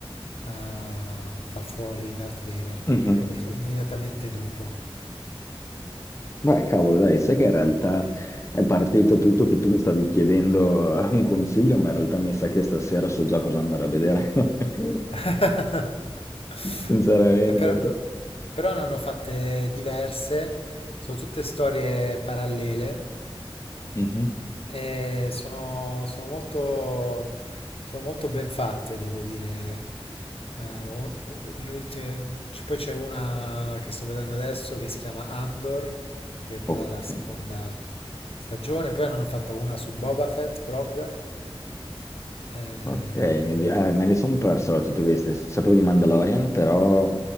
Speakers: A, on the left; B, on the left.
A: eh, fa fuori Darth Vader, quindi
B: Mhm.
A: è- è immediatamente dopo.
B: Beh, cavolo, dai, sai che in realtà è partito tutto che tu mi stavi chiedendo eh, un consiglio, ma in realtà mi sa che stasera so già cosa andare a vedere. <laughs>
A: Eh,
B: Sinceramente.
A: Però, però ne hanno fatte diverse, sono tutte storie parallele
B: Mhm.
A: e sono, sono molto, sono molto ben fatte, devo dire. Eh, un- le ultime- c- poi c'è una che sto vedendo adesso che si chiama Andor, che però
B: Ok.
A: è la seconda stagione, poi ne hanno fatta una su Boba Fett proprio. Eh,
B: Ok, mi di- eh, me le sono perso allora, tutte queste. Sapevo di Mandalorian, però